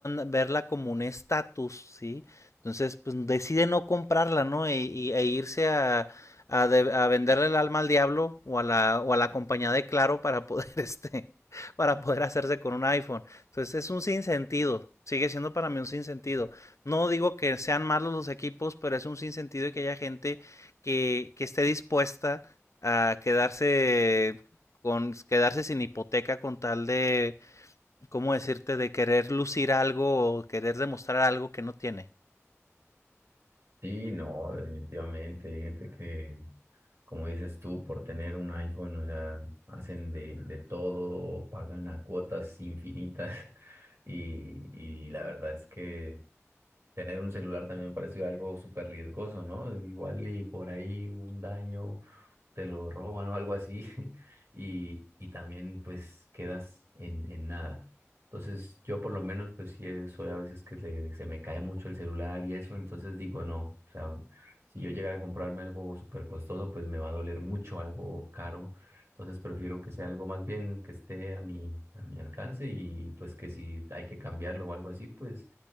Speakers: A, on the left; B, on the right.
A: verla como un estatus, ¿sí? Entonces, pues decide no comprarla, ¿no? Y, y- e irse a, a de- a venderle el alma al diablo o a la, o a la compañía de Claro para poder, <laughs> este, para poder hacerse con un iPhone. Entonces, es un sinsentido. Sigue siendo para mí un sinsentido. No digo que sean malos los equipos, pero es un sinsentido y que haya gente que, que esté dispuesta a quedarse con quedarse sin hipoteca con tal de, ¿cómo decirte? De querer lucir algo o querer demostrar algo que no tiene.
B: Sí, no, definitivamente hay gente que, como dices tú, por tener un iPhone, o sea, hacen de, de todo, pagan a cuotas infinitas <laughs> y, y la verdad es que Tener un celular también me pareció algo súper riesgoso, ¿no? Igual y por ahí un daño te lo roban o algo así <laughs> y, y también pues quedas en, en nada. Entonces yo por lo menos pues sí eh, soy a veces que le- se me cae mucho el celular y eso, entonces digo no, o sea, si yo llegara a comprarme algo súper costoso pues me va a doler mucho, algo caro, entonces prefiero que sea algo más bien que esté a mi, a mi alcance y pues que si hay que cambiarlo o algo así pues,